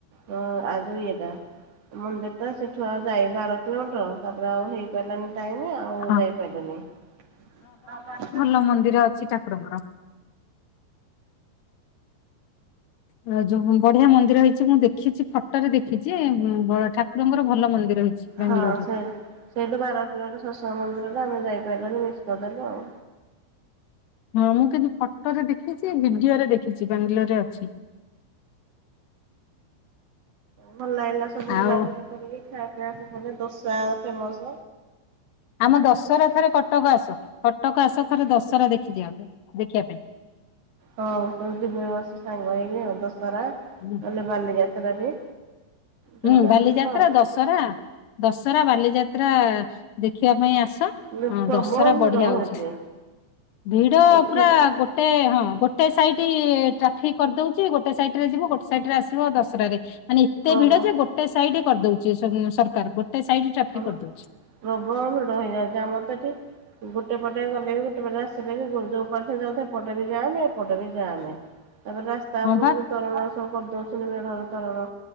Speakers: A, on the right; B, on the left.
A: ହଁ, ଆଦ ଇଏଟା ମନ୍ଦିରଟା ସେଠୁ ଆଉ ଯାଇ ବାର କିଲୋମିଟର, ତାପରେ ଆଉ ହେଇପାରିଲାନି ଯାଇନି ଆଉ
B: ହଁ।
A: ଯାଇପାଇଲୁନି <unintelligible>
B: ଲ ମନ୍ଦିର ସେ ଠାକୁରଙ୍କର ଆ ଯୋଉ ବଢିଆ ମନ୍ଦିର ହେଇଚି ମୁଁ ଦେଖିଚି ଫଟ ରେ ଦେଖିଚି ବଡ଼ ଠାକୁରଙ୍କର ଭଲ ମନ୍ଦିର ହେଇଛି। ବାଙ୍ଗାଲୋରରେ
A: ହଁ ସେଇ ସେଇଠୁ ବାର କିଲୋମିଟର ଶେଷ ମନ୍ଦିରେ ଆମେ ଯାଇପାରିଲୁନି, ମିସ୍ କରିଦେଲୁ ଆଉ।
B: ହଁ ମୁଁ କିନ୍ତୁ ଫଟୋରେ ଦେଖିଚି ବିଡିଓରେ ଦେଖିଚି ବାଙ୍ଗଲୋରରେ ଅଛି।
A: ଭଲ ଲାଗିଲା ସବୁ ବୁଲାବୁଲି
B: ଆଉ
A: କରିକି ଖିଆ ପିଆ ସେପଟେ ଦୋସା ଫେମସ।
B: ଆମ ଦଶହରା ଥରେ କଟକ ଆସ, କଟକ ଆସ ଥରେ ଦଶହରା ଦେଖିଯିବାକୁ, ଦେଖିଆ
A: ହଁ ସେଇଠି ବେମସ ସାଙ୍ଗ ହେଇକି ଦଶହରା
B: <unintelligible>
A: ଗଲେ ବାଲିଯାତ୍ରା ବି ଯୋଉଟା
B: ହୁଁ ବାଲିଯାତ୍ରା
A: ହେଲେ ଯିବା ଆଉ।
B: ଦଶରା, ଦଶରା ବାଲିଯାତ୍ରା ଦେଖିବା ପାଇଁ ଆସ।
A: ପ୍ରବଳ
B: ହୁଁ ଦଶହରା
A: ଭିଡ
B: ବଢିଆ
A: ହଉଛି
B: ହୋଉଚି। ଭିଡ
A: ଏଠି
B: ପୁରା ଗୋ ଟେ, ହଁ ଗୋଟେ ସାଇଡ ଟ୍ରାଫିକ କରିଦୋଉଚି ଗୋଟେ ସାଇଡରେ ଯିବ ଗୋଟେ ସାଇଡରେ ଆସିବ ଦଶରାରେ ମାନେ ଏତେ
A: ପ୍ରବ
B: ଭିଡ ଯେ, ଗୋଟେ ସାଇଟ କରିଦୋଉଚି ସନ ସରକାର, ଗୋଟେ ସାଇଟ ଟ୍ରାଫିକ
A: ହବ
B: କରିଦୋଉଛି।
A: ପ୍ରବଳ ଭିଡ ହେଇଯାଉଚି ଆମର ଏଠି ଗୋଟେ ପଟେ ଗଲେ ବି, ଗୋଟେ ପଟେ ଆସିଲେ ବି ଯୋଉ ଯୋଉ ପାଖ ଯାଉଥା ଏପଟେ ବି ଯାଆମେ ଏପଟେ ବି ଯାଆମେ। ତାପରେ ରାସ୍ତା
B: ହଁ
A: ଉପକୁ
B: ବା
A: ବି ତୋରଣ ସବୁ କରିଦଉଛନ୍ତି ମେଢର ତୋରଣ